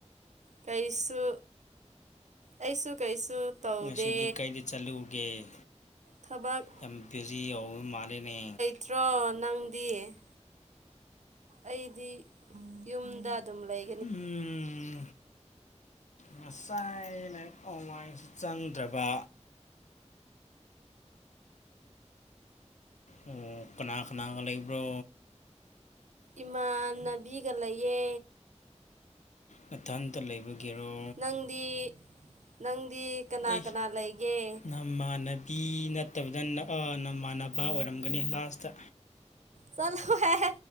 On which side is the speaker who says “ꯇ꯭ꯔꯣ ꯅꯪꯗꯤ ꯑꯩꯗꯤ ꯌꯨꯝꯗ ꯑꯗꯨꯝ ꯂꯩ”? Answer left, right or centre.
Right